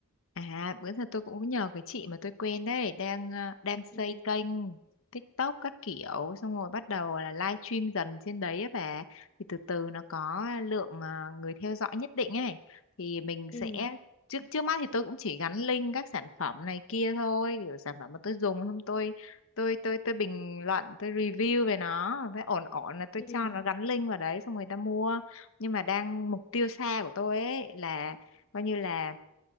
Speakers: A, on the left; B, on the left.
A: À, bữa giờ tôi cũng nhờ cái chị mà tôi quen đấy, đang ờ, đang xây
B: Ừ.
A: kênh TikTok các kiểu xong rồi bắt đầu là live stream dần trên đấy á bà. Thì từ từ nó có lượng ờ, người theo dõi nhất định ấy thì mình sẽ
B: Ừ.
A: trước trước mắt thì tôi cũng chỉ gắn link các sản phẩm này kia thôi, kiểu sản phẩm mà tôi dùng không tôi tôi tôi tôi bình luận, tôi review về nó, thấy ổn ổn là tôi
B: Ừ.
A: cho nó gắn link vào đấy xong người ta mua. Nhưng mà đang mục tiêu xa của tôi ấy là coi như là